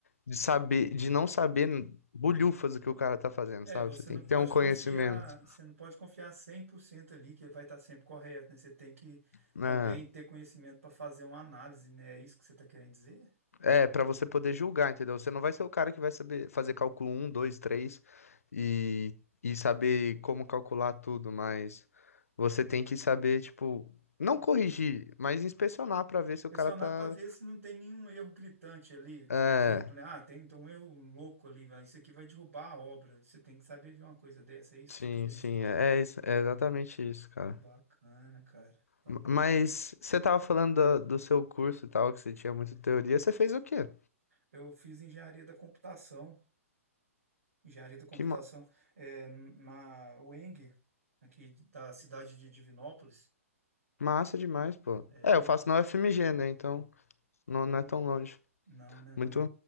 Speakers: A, on the left; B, on the right.
A: de saber, de não saber bulhufas do que o cara tá fazendo,
B: É,
A: sabe?
B: você
A: Você tem
B: não
A: que
B: pode
A: ter um conhecimento,
B: confiar, você não pode confiar 100% ali que vai estar sempre correto, né? Você tem que
A: né?
B: também ter conhecimento para fazer uma análise, né? É isso que você está querendo dizer?
A: É, pra você poder julgar, entendeu? Você não vai ser o cara que vai saber fazer cálculo um, 2, 3 e, e saber como calcular tudo, mas você tem que saber, tipo, não corrigir, mas inspecionar pra ver se
B: Pressionar
A: o cara tá.
B: para ver se não tem nenhum erro gritante ali, por
A: É,
B: exemplo, né? Ah, tem então, um erro louco ali, vai- isso aqui vai derrubar a obra. Você tem que saber ver uma coisa dessa, é isso
A: sim,
B: que você está querendo
A: sim,
B: dizer?
A: é, é isso- é exatamente isso, cara.
B: Bacana, cara, bacana.
A: M- Mas você tava falando da- do, seu curso e tal, que você tinha muita teoria, você fez o quê?
B: Eu fiz engenharia da computação. engenharia da computação,
A: Que ma-
B: é, na UENG, aqui da cidade de Divinópolis.
A: massa demais, pô.
B: É,
A: É, eu faço na UFMG, né? Então não, não é tão longe.
B: não, né, não.
A: Muito,